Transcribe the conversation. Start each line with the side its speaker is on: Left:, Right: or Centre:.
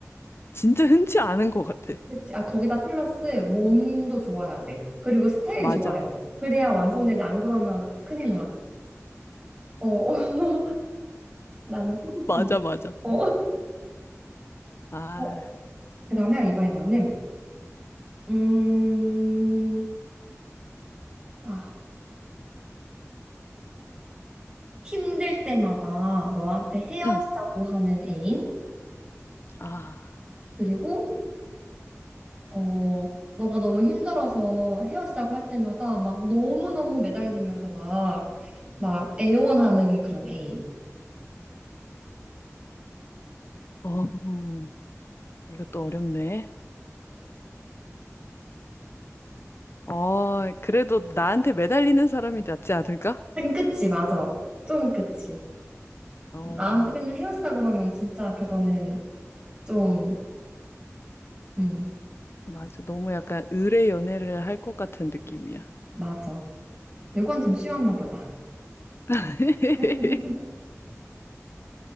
Left: 진짜 흔치 않은 것 같아.
Right: 그치? 아, 거기다 플러스 몸도 좋아야 돼. 그리고 스타일
Left: 맞아.
Right: 좋아야 돼. 그래야 완성되지. 안 그러면 큰일 나. 어, <laughs> 나는 피복숭이.
Left: 맞아, 맞아.
Right: 어.
Left: 아,
Right: <laughs> 그러면 이번에 나는, 음, 아, 힘들 때마다 너한테 헤어지자고
Left: 응.
Right: 하는 애인,
Left: 아,
Right: 그리고, 어, 너가 너무 힘들어서 헤어지자고 할 때마다 막 너무너무 매달리면서 막, 막 애원하는 그런 애인.
Left: 어, 음, 이것도 어렵네. 어, 그래도 나한테 매달리는 사람이 낫지 않을까?
Right: 하긴, 그치, 맞아. 좀 그치.
Left: 어,
Right: 나한테 맨날 헤어지자 그러면 진짜 그거는 좀, 음,
Left: 맞아. 너무 약간 의뢰 연애를 할 것 같은 느낌이야.
Right: 맞아. 요건 좀 쉬웠나 보다.
Left: <laughs>
Right: <laughs>